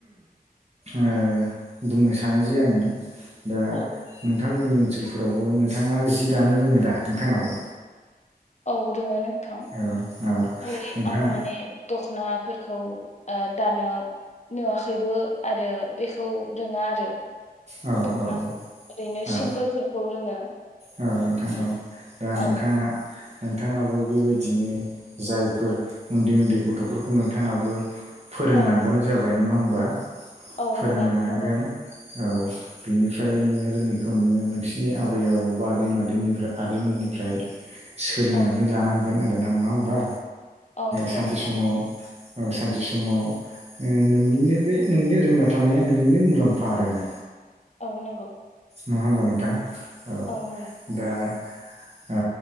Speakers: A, on the right; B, on the left.
A: ओ बुंनो सानो जे आङो दा
B: औ
A: नोंथांमोननि ओनसोलफोरावबो नोंथाङा जि दानो रोङो दा नोंथाङाबो?
B: औ रोङो नोंथां।
A: औ औ
B: खालि
A: नोंथाङा
B: आङो माने दख'ना फोरखौ ओ दानो नुवाखैबो आरो बेखौ रोङा आरो।
A: औ
B: दख'नाखौ
A: औ औ
B: ओरैनो
A: औ
B: सिम्पोलफोरखौ रोङो।
A: औ नोंथां औ। दा
B: औ
A: नोंथाङा नोंथाङाबो बेबायदिनो जायफोर उन्दै उन्दै गथ'फोरखौ नोंथाङाबो फोरोंलांबानो
B: औ
A: जाबाय नङा होमबा?
B: औ
A: फोरोंलांनांगोन
B: नंगौ नंगौ
A: औ बेनि फ्राय नोङो रोङैखौ नोङो नोंसिनि आबै आबौ बा आदै मादैनिफ्राय आदैमोननिफ्राय सोलोंनानै
B: औ
A: लानांगोन आरोना नङा होमबा?
B: औ नंगौ
A: सानसे
B: नोंथां
A: समाव औ सानसे समाव नोंनिनो बे नोंनि रोंना थानाया नोंनिनो मुलाम्फा आरोना।
B: औ नंगौ
A: नङा होमबा नोंथां औ
B: नंगौ नोंथां
A: दा ओ